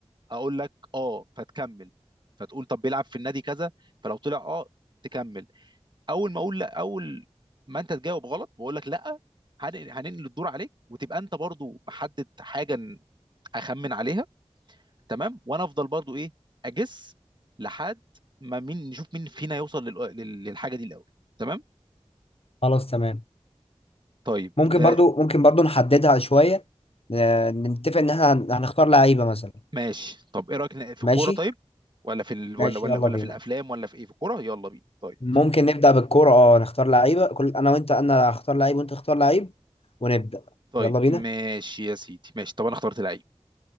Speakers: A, on the right; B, on the left.
A: اقول لك اه فتكمل فتقول طب بيلعب في النادي كذا فلو طلع اه تكمل اول ما اقول لا اول ما انت تجاوب غلط بقول لك لا هن- هننقل الدور عليك وتبقى انت برضو محدد حاجه ن- اخمن عليها تمام وانا افضل برضو ايه اجس لحد ما مين نشوف مين فينا يوصل لل- لل- للحاجه دي الاول تمام
B: خلاص تمام
A: طيب
B: ممكن
A: آه
B: برضو ممكن برضو نحددها شوية ن- نتفق ان احنا هن- هنختار لعيبة مثلا
A: ماشي طب ايه رايك ن- في
B: ماشي
A: الكوره طيب ولا في ال...
B: ماشي
A: ولا ولا
B: يلا
A: ولا
B: بينا
A: في الافلام ولا في ايه في الكوره يلا بينا طيب
B: ممكن نبدأ بالكورة اه نختار لعيبة كل انا وانت انا هختار لعيب وانت تختار لعيب ونبدأ
A: طيب
B: يلا بينا
A: ماشي يا سيدي ماشي طب انا اخترت لعيب